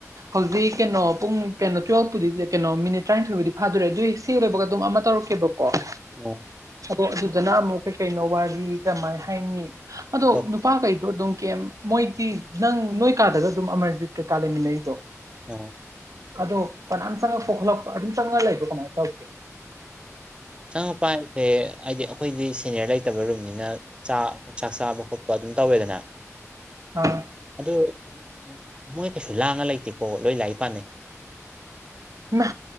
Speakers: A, on the right (about 85°); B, on the right (about 20°).
A: ꯍꯧꯖꯤꯛ ꯀꯩꯅꯣ ꯄꯨꯡ ꯀꯩꯅꯣ ꯇꯨꯋꯦꯜꯐꯄꯨꯗꯤ ꯀꯩꯅꯣ ꯃꯤꯅꯤꯠ ꯇꯔꯥꯅꯤꯊꯣꯏꯕꯨꯗꯤ ꯐꯥꯗꯣꯔꯦ ꯑꯗꯨꯏ ꯁꯤ ꯂꯣꯏꯕꯒ ꯑꯗꯨꯝ ꯑꯃ ꯇꯧ ꯕꯀꯣꯔꯦ
B: ꯎꯝ
A: ꯑꯗꯣ ꯑꯗꯨꯗꯅ ꯑꯃꯨꯛ ꯀꯩꯀꯩꯅꯣ ꯋꯥꯔꯤ ꯀꯃꯥꯏ ꯍꯥꯏꯅꯤ ꯑꯗꯣ
B: ꯑꯇꯣꯞ
A: ꯅꯨꯄꯥꯈꯩꯗꯣ ꯑꯗꯨꯝ ꯀꯦꯝ ꯃꯣꯏꯗꯤ ꯅꯪ ꯅꯣꯏ ꯀꯥꯗꯒ ꯑꯗꯨꯝ ꯑꯃꯔꯖꯤꯠ ꯀꯩꯀꯥ ꯂꯩꯃꯤꯟꯅꯔꯤꯗꯣ
B: ꯎꯝ
A: ꯑꯗꯣ ꯐꯅꯥꯝ ꯆꯪꯉꯛꯄ ꯈꯣꯠꯂꯛꯄ ꯑꯗꯨꯝ ꯆꯪꯉ ꯂꯩꯕꯣ ꯀꯃꯥꯏꯅ ꯇꯧꯒꯦ
B: ꯆꯉ ꯄꯥꯏꯁꯦ ꯍꯥꯏꯗꯤ ꯑꯩꯈꯣꯏꯗꯤ ꯁꯦꯅꯤꯌꯔ ꯂꯩꯇꯕ ꯔꯨꯝꯅꯤꯅꯥꯛ ꯆꯥꯛ ꯆꯥꯕ ꯈꯣꯠꯄ ꯑꯗꯨꯝ ꯇꯧꯋꯦꯗꯅ
A: ꯑꯥ
B: ꯑꯗꯨꯗ ꯃꯣꯏ ꯀꯩꯁꯨ ꯂꯥꯡꯉ ꯂꯩꯇꯦꯀꯣ ꯂꯣꯏ ꯂꯥꯛ ꯄꯥꯅꯩ
A: ꯅ